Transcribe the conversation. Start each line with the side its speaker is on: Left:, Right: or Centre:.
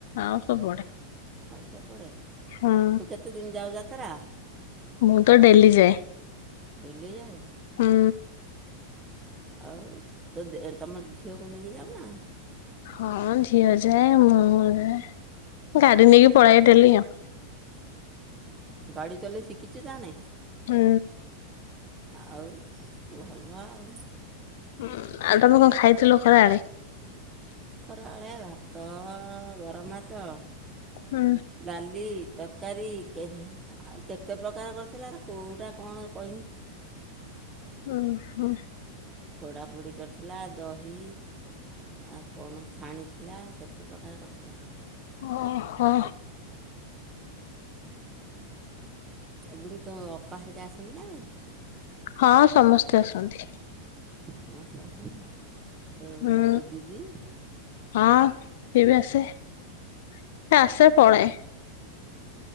Left: ଆଉ ସବୁ ପଡେ।
Right: ଆଉ ସବୁ ପଡ଼େ
Left: ହୁଁ।
Right: ତୁ କେତେ ଦିନ ଯାଉ ଯାତ୍ରା?
Left: ମୁଁ ତ ଡେଲି ଯାଏ।
Right: ଡେଲି ଯାଉ
Left: ହୁଁ।
Right: ଆଉ ତୋ ଦେ ତମ ଝିଅକୁ ନେଇକି ଯାଉନା?
Left: ହଁ ଝିଅ ଯାଏ ମୁଁ ଯାଏ ଗାଡି ନେଇକି ପଳାଏଡେଲି ଆଉ।
Right: ଗାଡି ଚଲେଇ ଶିଖିଛ ଯା ନେ।
Left: ହୁଁ।
Right: ଆଉ ଭଲ ଆଉ
Left: ଉଁ ଆଉ ତମେ କଣ ଖାଇଥିଲ ଖରା ବେଳେ?
Right: ଖରାବେଳେ ଭାତ ଗରମଭାତ
Left: ହୁଁ।
Right: ଡାଲି ତରକାରୀ କେ ଆ କେତେ ପ୍ରକାର କରିଥିଲା କେଉଁଟା କଣ କହିମି
Left: ଓ ହୋ
Right: ପୋଡ଼ାପୋଡ଼ି କରିଥିଲା ଦହି ଆ କଣ ଛାଣି ଥିଲା କେତେ ପ୍ରକାର କରିଥିଲା।
Left: ଓହୋ।
Right: ବୁଢ଼ି ତୋ ଅପାହେରିକା ଆସନ୍ତି ନା ନାଈ?
Left: ହଁ ସମସ୍ତେ ଆସନ୍ତି।
Right: ସମସ୍ତେ ଆସନ୍ତି ତୋ
Left: ହୁଁ
Right: ତୋ ଦିଦି?
Left: ହଁ ସେ ବି ଆସେ ସେ ଆସେ ପଳାଏ।